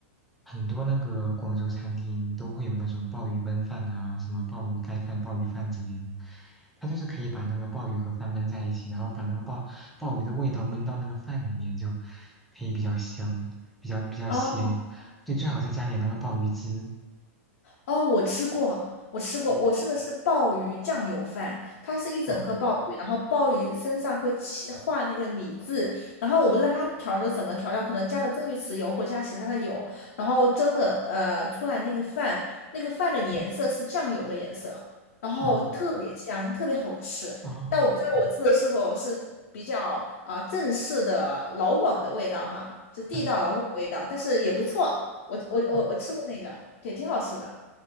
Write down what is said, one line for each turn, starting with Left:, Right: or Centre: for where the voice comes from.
Centre: 很多那个广州餐厅都会有那种鲍鱼焖饭啊，什么鲍鱼盖饭、鲍鱼饭之类的，它就是可以把那个鲍鱼和饭焖在一起，然后把那个鲍鲍鱼的味道焖到那个饭里面，就可以比较香，比较比较鲜。
Left: 啊。
Centre: 就最好再加点那个鲍鱼汁。
Left: 哦，我吃过，我吃过，
Centre: 嗯，
Left: 我吃的是鲍鱼酱油饭，它是一整颗鲍鱼，
Centre: 哦，
Left: 然后鲍鱼身上会起画那个米字，然后我不知道它调了什么调料，可能加了蒸鱼豉油或加其他的油，然后蒸的呃出来那个饭，那个饭的颜色是酱油的颜色，然后特别香，
Centre: 哦，
Left: 特别好吃，
Centre: 哦，
Left: 但我不知道我吃的是否是比较啊、
Centre: 对，
Left: 正式的老广的味道哈，就地道老广的味道，
Centre: 嗯，
Left: 但是也不错，我我我我吃过那个，
Centre: 啊
Left: 也挺好吃的。